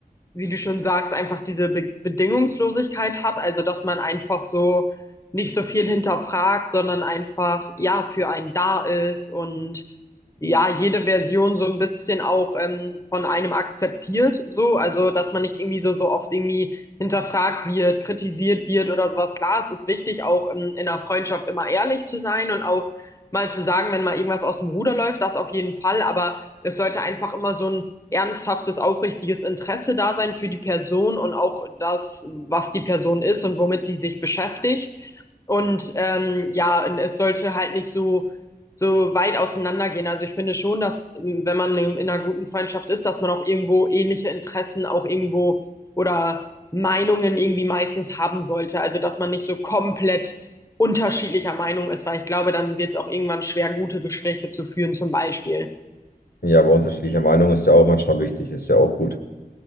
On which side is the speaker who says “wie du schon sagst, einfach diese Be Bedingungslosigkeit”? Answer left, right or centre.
Left